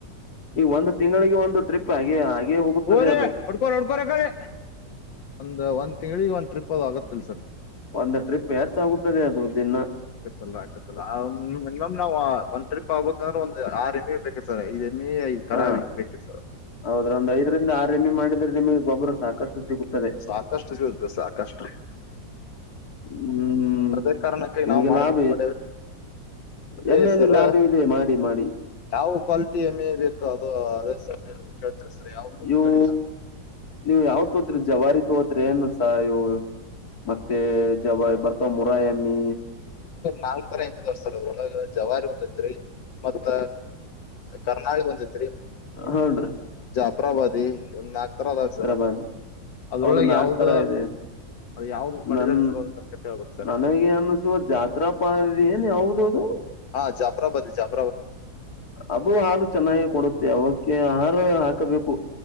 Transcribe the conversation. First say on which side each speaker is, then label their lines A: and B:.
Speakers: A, on the left (about 55°); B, on the left (about 80°).
A: ಈಗ ಒಂದು ತಿಂಗಳಿಗೆ ಒಂದು ಟ್ರಿಪ್ ಹಾಗೆ ಹಾಗೆ ಹೋಗುತ್ತದೆ
B: ಹೋರಿ
A: ಅದು
B: ಹೊಡ್ಕೋ ಹೊಡ್ಕೋ್ರಿ ಒಂದು ಒಂದ ತಿಂಗಳಿಗೆ ಒಂದು ಟ್ರಿಪ್ ಅದು ಆಗತ್ತಲ್ಲ ಸರ್.
A: ಒಂದು ಟ್ರಿಪ್ ಹೆಚ್ಚಾಗುತ್ತದೆ ಅದು ದಿನ.
B: ಆಗತ್ತಲ್ಲ ಆಕತ್ತಲ್ಲ ಮಿನಿಮಮ್ ನಾವವು ಒಂದ್ ಟ್ರಿಪ್ ಆಗ್ಬೇಕ ಅಂದ್ರೆ ಒಂದು ಆಮಿ ಇರ್ಬೇಕ ಸರ್. ಎಮಿ ಐದ್ ಕರಾವಿ
A: ಹಾ
B: ಬೇಕ ಸರ್
A: ಹೌದ್ರ ಒಂದ್ ಐದರಿಂದ ಆರ್ ಎಮ್ಮಿ ಮಾಡಿದ್ರೆ ನಿಮಗೆ ಗೊಬ್ಬರು ಸಾಕಷ್ಟು ಸಿಗುತ್ತದೆ
B: ಸಾಕಷ್ಟು ಸಿಗತ ಸಾಕಷ್ಟು.
A: ಹ್ಮ್
B: ಅದೇ ಕಾರಣಕ್ಕೆ
A: ನಿಮಗೆ
B: ನಾವವು ಮಾಡ್ಬೇಕು
A: ಲಾಭ
B: ಮಾಡೇವ್ರಿ. ಅದೇ
A: ಎಮ್ಮೆಯಲ್ಲಿ
B: ಸರ
A: ಲಾಭ ಇದೆ ಮಾಡಿ ಮಾಡಿ
B: ಯಾವ ಕ್ವಾಲಿಟಿ ಎಮ್ಮೆ ಬೇಕು ಅದು <inaudible>
A: ಇವು
B: ತಳಿ
A: ನೀವು ಯಾವ ತೋಗತ್ರಿ. ಜವಾರಿ ತೋತ್ೆ ಏನ್ಸ ಇ ಮತ್ತೆ ಜವಾರಿ ಬರ್ ತೊಮರ ಅಮಿ
B: ನಾಲ್ಕರ ಎಂಬದ್ ವರ್ಷ ಅದ ಒಳಗ ಜವಾರಿ ಒಂದತ್ರಿ ಮತ್ತ ಕರ್ನಾಳಿ ಒಂದತ್ರಿ
A: ಹೌನ್್ರಿ
B: ಉಪರಾವಾದಿ ಒಂದ್ ನಾಲ್ಕ ತರದತರ
A: ಬಾರಿ
B: ಅದ್ರೊಳಗೆ
A: ಹೌದು ನಾಕ್
B: ಯಾವ್ದ
A: ತರ ಇದೆ
B: ಅದು ಯಾವ್ದ್ ಮಾಡಿದಿದ್ದಾರೆ
A: ನನ್
B: ಚಲೋ ಹೇಳ್ಬೇಕು ಸರ್
A: ನನಗೆ ಅನ್ಸುವ ಜಾತ್ರಾ ಪ ಏನ್ ಯಾದೌದು
B: ಹಾ ಜಾಪರಾ ಬದೆ ಜಾಪಾ
A: ಅದು ಹಾಲು ಚೆನ್ನಾಗಿ ಕೊಡುತ್ತೆ ಅವಕ್ಕೆ ಆಹಾರ ಹಾಕಬೇಕು